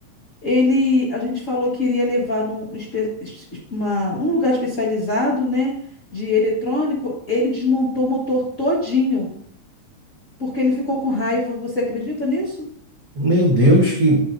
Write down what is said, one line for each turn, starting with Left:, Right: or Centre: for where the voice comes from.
Left: Ele, a gente falou que iria levar num espe- es- uma- um lugar especializado, né, de eletrônico. Ele desmontou o motor todinho, porque ele ficou com raiva. Você acredita nisso?
Right: Meu Deus, que,